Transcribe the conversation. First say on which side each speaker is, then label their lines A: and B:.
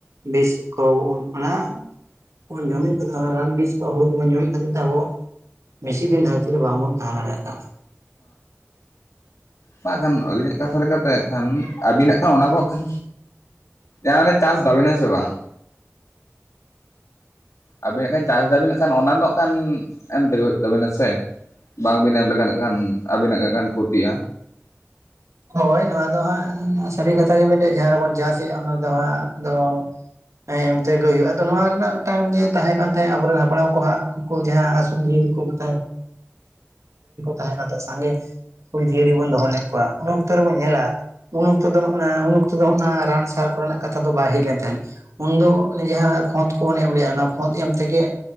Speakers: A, on the right; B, on the left.
A: ᱵᱤᱥ ᱠᱚ ᱚᱱᱟ ᱵᱩᱱ ᱡᱚᱢᱮᱫ ᱠᱚ ᱫᱚ ᱨᱟᱱ ᱵᱤᱥ ᱠᱚ ᱦᱩᱲᱩ ᱠᱚ ᱵᱩᱱ ᱡᱚᱢᱮᱫ ᱠᱷᱟᱛᱤᱨ ᱛᱮ ᱟᱵᱚ ᱢᱮᱥᱤ ᱫᱤᱱ ᱫᱷᱟᱨᱛᱤ ᱨᱮ ᱵᱟᱝᱵᱚᱱ ᱛᱟᱦᱮᱸ ᱫᱟᱲᱮᱭᱟᱜ ᱠᱟᱱᱟ
B: ᱢᱟ ᱠᱷᱟᱱ ᱟᱹᱞᱤᱧᱟᱜ ᱠᱟᱛᱷᱟ ᱞᱮᱠᱟᱛᱮ ᱠᱷᱟᱱ ᱟᱹᱵᱤᱱᱟᱜ ᱠᱷᱟᱱ ᱚᱱᱟ ᱠᱚ ᱠᱷᱟᱱ ᱡᱟ ᱦᱟᱱᱮ ᱪᱟᱥ ᱫᱟᱵᱤᱱ ᱦᱮᱸ ᱥᱮ ᱵᱟᱝ? ᱟᱵᱮᱱᱟᱜ ᱠᱷᱟᱱ ᱪᱟᱥ ᱫᱟᱵᱤᱱ ᱠᱷᱟᱱ ᱚᱱᱟ ᱫᱚ ᱠᱷᱟᱱ ᱮᱢ ᱛᱮᱜᱮ ᱦᱩᱭᱩᱜ ᱛᱟᱵᱤᱱᱟ ᱥᱮ ᱵᱟᱝᱵᱤᱱ ᱮᱢ ᱞᱮᱠᱟ ᱱᱟᱜ ᱠᱷᱟᱱ ᱟᱵᱮᱱᱟᱜ ᱠᱷᱟᱱ ᱠᱷᱚᱛᱤᱼᱟ
A: ᱦᱳᱭ ᱱᱚᱣᱟ ᱫᱚ ᱦᱟᱸᱜ ᱥᱟᱹᱨᱤ ᱠᱟᱛᱷᱟ ᱜᱮ ᱵᱮᱱ ᱞᱟᱹᱭᱼᱟ ᱡᱟᱦᱟᱸ ᱨᱮᱵᱚᱱ ᱪᱟᱥ ᱮᱼᱟ ᱚᱱᱟᱨᱮ ᱦᱟᱸᱜ ᱫᱚ ᱦᱮᱸ ᱚᱱᱛᱮᱜᱮ ᱦᱩᱭᱩᱜᱼᱟ ᱟᱫᱚ ᱱᱚᱣᱟ ᱨᱮᱱᱟᱜ ᱢᱤᱫᱴᱟᱝ ᱡᱮ ᱛᱟᱦᱮᱸ ᱠᱟᱱ ᱛᱟᱦᱮᱸᱫ ᱟᱵᱚᱨᱮᱱ ᱦᱟᱯᱲᱟᱢ ᱠᱚ ᱦᱟᱸᱜ ᱡᱟᱦᱟᱸ <unintelligible> ᱛᱟᱦᱮᱸ <unintelligible> ᱥᱟᱝᱜᱮ ᱡᱤᱭᱟᱹᱞᱤ ᱵᱚᱱ ᱫᱚᱦᱚ ᱞᱮᱫ ᱠᱚᱣᱟ ᱩᱱ ᱚᱠᱛᱚ ᱨᱮᱵᱚᱱ ᱧᱮᱞᱟ ᱩᱱ ᱚᱠᱛᱚ ᱫᱚ ᱱᱚᱜ-ᱱᱟ ᱩᱱ ᱚᱠᱛᱚ ᱫᱚ ᱱᱚᱜ-ᱱᱟ ᱨᱟᱱ ᱥᱟᱨ ᱠᱚᱨᱮᱱᱟᱜ ᱠᱟᱛᱷᱟ ᱫᱚ ᱵᱟᱭ ᱦᱮᱡ ᱞᱮᱱ ᱛᱟᱦᱮᱸᱫ ᱩᱱᱫᱚ ᱡᱟᱦᱟᱸ ᱠᱷᱚᱸᱫ ᱠᱚᱵᱚᱱ ᱮᱢ ᱞᱮᱜ-ᱟ ᱚᱱᱟ ᱠᱷᱚᱸᱫ ᱮᱢ ᱛᱮᱜᱮ